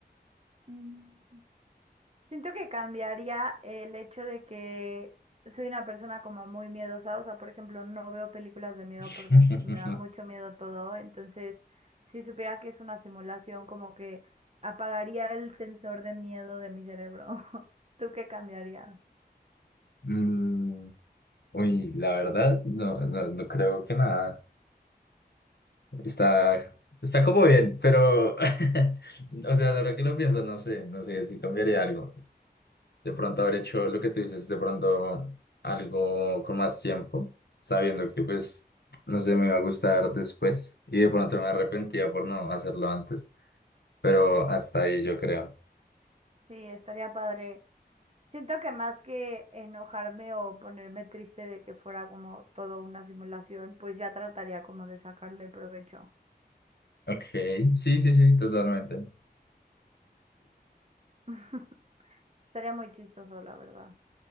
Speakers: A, on the right (about 40°); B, on the left (about 75°).
A: Mm. Siento que cambiaría el hecho de que soy una persona como muy miedosa, o sea, por ejemplo, no veo películas de miedo
B: <laughs>
A: porque me da mucho miedo todo, entonces si supiera que es una simulación, como que apagaría el sensor de miedo de mi cerebro. <laughs> ¿Tú qué cambiarías?
B: Mm, uy, la verdad, no, no, no creo que nada. Está, está como bien, pero, <laughs> o sea, ahora que lo pienso, no sé, no sé si cambiaría algo. De pronto haber hecho lo que tú dices, de pronto algo con más tiempo, sabiendo que pues no sé, me iba a gustar después y de pronto me arrepentía por no hacerlo antes, pero hasta ahí yo creo.
A: Sí, estaría padre. Siento que más que enojarme o ponerme triste de que fuera como todo una simulación, pues ya trataría como de sacarle provecho.
B: Ok, sí, sí, sí, totalmente.
A: <laughs> Estaría muy chistoso, la verdad.